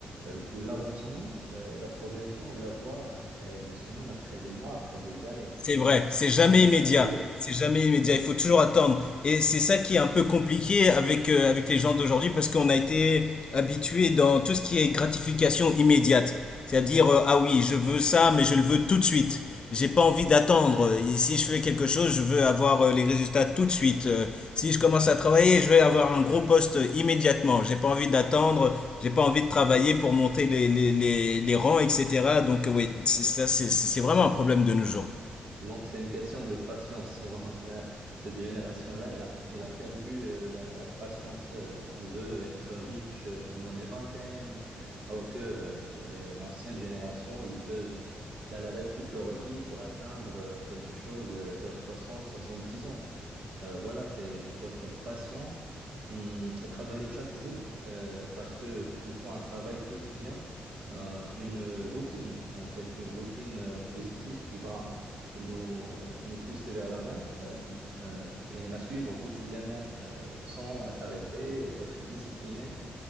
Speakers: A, on the right (about 65°); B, on the left (about 45°).
A: euh, l'avancement, euh, la progression, on la voit après des semaines, après des mois, après des années.
B: C'est vrai,
A: Donc,
B: c'est jamais
A: il faut chaque
B: immédiat.
A: jour,
B: C'est jamais immédiat,
A: c'est
B: il faut toujours attendre. Et c'est ça qui est un peu compliqué avec, euh, avec les gens d'aujourd'hui parce qu'on a été habitué dans tout ce qui est gratification immédiate. C'est-à-dire, euh, ah oui, je veux ça, mais je le veux tout de suite. J'ai pas envie d'attendre. Et si je fais quelque chose, je veux avoir euh, les résultats tout de suite. Euh, si je commence à travailler, je veux avoir un gros poste immédiatement. J'ai pas envie d'attendre, j'ai pas envie de travailler pour monter les, les, les, les rangs, etc. Donc, euh, oui, c'est ça, c'est c'est vraiment un problème de nos jours.
A: Donc, c'est une question de patience. <laughs> On- la- cette génération-là, elle a, elle a perdu euh, la, la patience. Euh, on veut être riche euh, dans les vingtaines, alors que euh, les- les- l'ancienne génération, ils peuvent galérer toute leur vie pour atteindre euh, quelque chose euh, vers soixante, soixante-dix ans. Euh, voilà, c'est, il faut être patient hum, et travailler chaque jour euh, parce que il faut un travail quotidien, euh, une routine en fait, une routine euh, positive qui va nous, euh, nous pousser vers l'avant euh, une- euh, et la suivre quotidiennement euh, sans s'arrêter. Il faut être discipliné